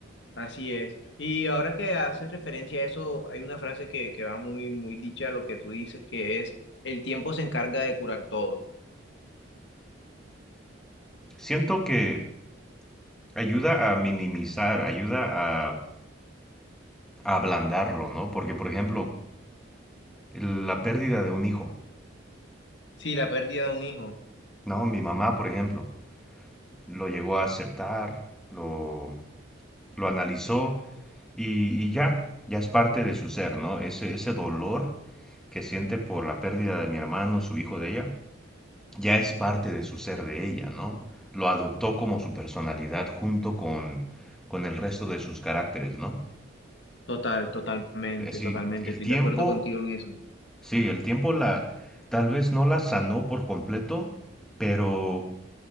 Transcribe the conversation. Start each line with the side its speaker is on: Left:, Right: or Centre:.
Left: así es. Y ahora que haces referencia a eso, hay una frase que, que va muy, muy dicha a lo que tú dices, que es, el tiempo se encarga de curar todo.
Centre: Siento que Ayuda a minimizar, ayuda a, a ablandarlo, ¿no? Porque, por ejemplo, la pérdida de un hijo,
Left: Sí, la pérdida de un hijo.
Centre: ¿no? Mi mamá, por ejemplo, lo llegó a aceptar, lo, lo analizó y, y ya, ya es parte de su ser, ¿no? Ese, ese dolor que siente por la pérdida de mi hermano, su hijo de ella, ya es parte de su ser de ella, ¿no? Lo adoptó como su personalidad junto con, con el resto de sus caracteres, ¿no?
Left: Total, totalmente,
Centre: Es decir,
Left: totalmente.
Centre: el
Left: Estoy
Centre: tiempo
Left: de acuerdo contigo en eso.
Centre: Sí, el tiempo la tal vez no la sanó por completo, pero